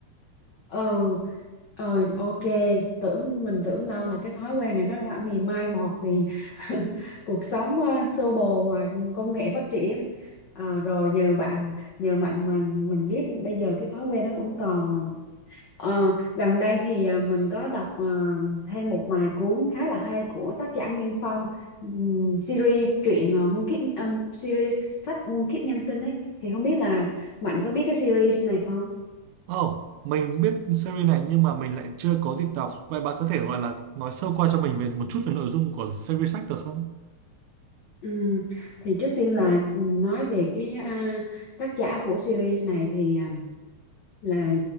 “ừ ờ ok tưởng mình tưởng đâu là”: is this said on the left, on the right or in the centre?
Left